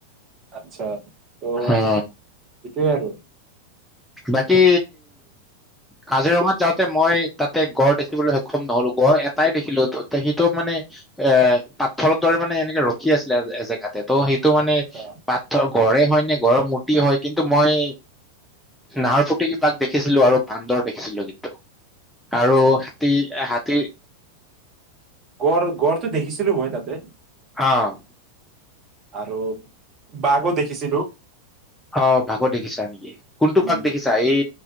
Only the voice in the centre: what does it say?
হা।
বাকী কাজিৰঙাত যাওঁতে মই তাত তে গড় দেখিবলৈ সক্ষম নহ'লো গড় এটাই দেখিলো ত সেইটো মানে এ পাথৰৰ দৰে মানে এনেকে ৰখি আছিলে এজেগাত। অ সেইটো মানে
পাথ গড়ে হয় নে গড়ৰ মূৰ্তি হয় কিন্তু মই নাহৰফুটুকী বাঘ দেখিছিলো আৰু বান্দৰ দেখিছিলো কিন্তু আৰু
হাতী এ হাতী
অ
অ বাঘো দেখিছা নিকি কোনটো
বাঘ দেখিছা এই